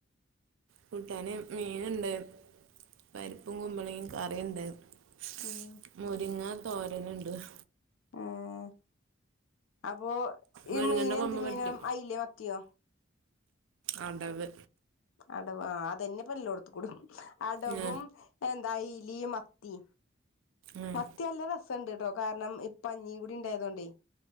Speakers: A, on the right (about 75°); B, on the left (about 80°).
A: കൂട്ടാന് മീൻണ്ട് പരിപ്പും കുമ്പോളെങ്ങി കറിണ്ട് <inaudible>
B: ഉം ഏഹ് അപ്പൊ ഈ
A: മുരിങ്ങന്റെ
B: മീനെന്ത്
A: കൊമ്പ്
B: മീന
A: വെട്ടി
B: അയിലയോ മത്തിയോ?
A: അടവ്
B: അടവാതന്നെപ്പല്ലോടുത്തുംകുടും അടവും
A: ഉം
B: എന്താ ഈ ലീമത്തി
A: ഉം
B: മത്തിയല്ല രസണ്ട്ട്ടോ കാരണം ഇപ്പഞ്ഞീ കൂടി ഇണ്ടായതോണ്ടേ.